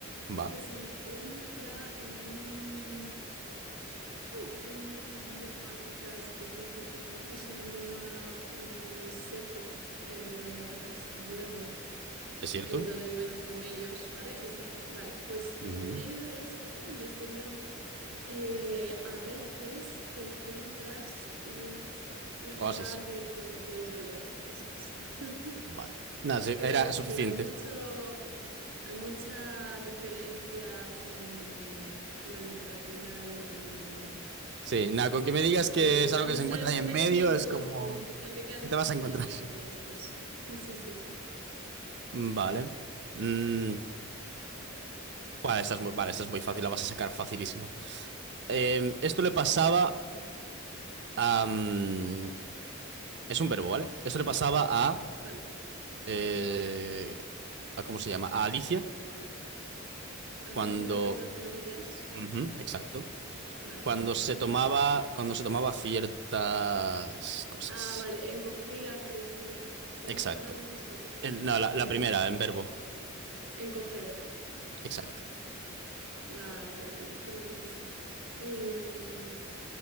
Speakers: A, on the right; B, on the right.
A: Va.
B: Que se encuentra en un... Uh, en un bioma quizá específico, ¿no? Es un bioma muy seco, eh, donde apenas llueve,
A: ¿Desierto?
B: eh, donde viven los camellos, ¿vale? Exacto, vale. Pues
A: ujú.
B: en medio de esto, de este bioma, eh, a veces te encuentras un, un
A: Oasis.
B: lugar de donde puedes beber, eso es. <laughs>
A: Vale. Nada, sí,
B: Te
A: era
B: iba a decir,
A: suficiente.
B: hay mucho, hay muchas referencias en, en la literatura y en
A: Sí, nada, con que me
B: y
A: digas
B: en
A: que es algo
B: la industria
A: que se encuentra
B: del entretenimiento
A: ahí en medio, es
B: con
A: como...
B: como gente que alucina
A: ¿Qué te vas a encontrar?
B: y ve uno de estos. <laughs> Sí, sí.
A: Vale. Mm, vale, esta es muy, vale, esta es muy fácil, la vas a sacar facilísimo. Eh, esto le pasaba a... mm, es un verbo, ¿vale? Esto le pasaba a...
B: Vale.
A: eh, a ¿cómo se llama? A Alicia
B: Alicia
A: cuando...
B: en el País de las Maravillas.
A: Ujú, exacto.
B: Vale.
A: Cuando
B: ujú.
A: se tomaba, cuando se tomaba ciertas cosas.
B: Ah, vale. Encogía, crecía. Se
A: Exacto.
B: hacía más grande y más pequeña.
A: Eh, No, la, la
B: Ujú.
A: primera, en verbo.
B: Encoger.
A: Exacto.
B: Ah, vale, vale. Qué buena esa. Em,